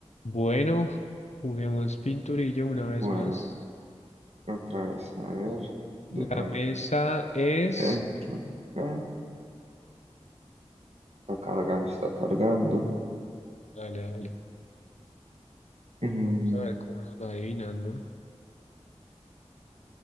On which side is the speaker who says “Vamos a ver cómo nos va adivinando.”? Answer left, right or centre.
Left